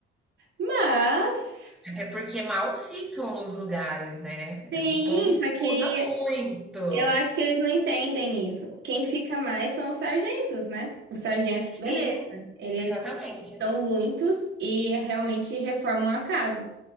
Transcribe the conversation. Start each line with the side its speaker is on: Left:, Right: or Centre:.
Right: Mas.
Centre: Até porque mal ficam nos lugares, né?
Right: Sim,
Centre: É um povo
Right: só
Centre: que se
Right: que
Centre: muda muito.
Right: eu acho que eles não entendem isso. Quem fica mais são os sargentos, né? Os sargentos, beleza.
Centre: Sim,
Right: Eles
Centre: exatamente.
Right: são muitos e realmente reformam a casa.